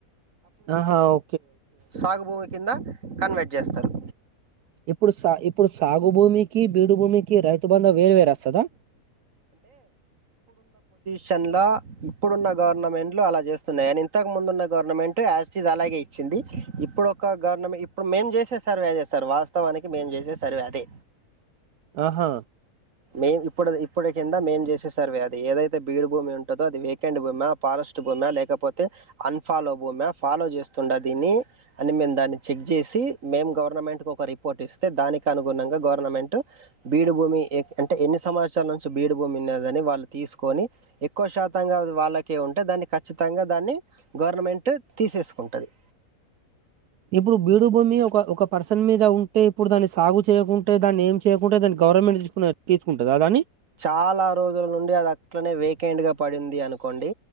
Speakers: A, on the right; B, on the right.
A: ఆహా ఓ
B: సాగుభూమి కింద కన్వేట్ చేస్తారు
A: ఇప్పుడు సా ఇప్పుడు సాగు భూమికి బీడు భూమికి రైతు బంధం వేరు వేరే వస్తాదా
B: షన్ లో ఇప్పుడున్న గవర్నమెంట్లు అలా చేస్తున్నాయి అని ఇంతకు ముందున్న గవర్నమెంట్ యాజిటిజ్ అలాగే ఇచ్చింది ఇప్పుడు ఒక గవర్నమెంట్ ఇప్పుడు మేము చేసినా సర్వే చేస్తారు వాస్తవానికి మేము చేసే సర్వే అదే
A: ఆహా
B: మేమ్ ఇప్పుడు ఇప్పుడుక మేము చేసే సర్వే అది ఏదైతే బీడ్ భూమి ఉంటదో అది వీకెండ్ భూమా ఫారెస్ట్ భూమి లేకపోతే అన్ ఫాలో భూమా ఫాలో చేస్తున్నా దీన్ని అని మేము చెక్ చేసి మేము గవర్నమెంటికి ఒక రి రీపొర్ట్ స్తే దానికి అనుగుణంగా గవర్నమెంట్ బీడు భూమి అంటే ఎన్ని సంవత్సరాల నుంచి బీడు భూమి ఉందని వాళ్ళు తీసుకొని ఎక్కువ శాతంగా వాళ్ళకే ఉంటే దాన్ని ఖచ్చితంగా దాన్ని గవర్నమెంట్ తీసేసుకుంటుంది
A: ఇప్పుడు బీడు భూమి ఒక ఒక పర్సన్ మీద ఉంటే ఇప్పుడు దాన్ని సాగు చేయకుంటే దాన్ని ఏం చేయకుంటే దాన్ని గవర్నమెంట్ తీసుకు తీసుకుంటదా దాన్ని
B: చాలా రోజుల నుండి అది అట్లనే వేకెండ్ గా పడింది అనుకోండి